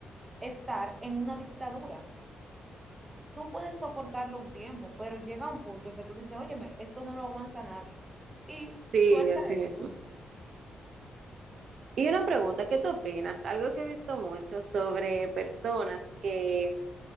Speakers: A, on the right; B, on the right.
A: estar en una dictadura. tú puedes soportarlo un tiempo, pero llega un punto en que tú dices, óyeme, esto no lo aguanta nadie. Y
B: Sí,
A: suelta
B: así mismo.
A: eso.
B: Y una pregunta, ¿qué tú opinas? Algo que he visto mucho sobre personas que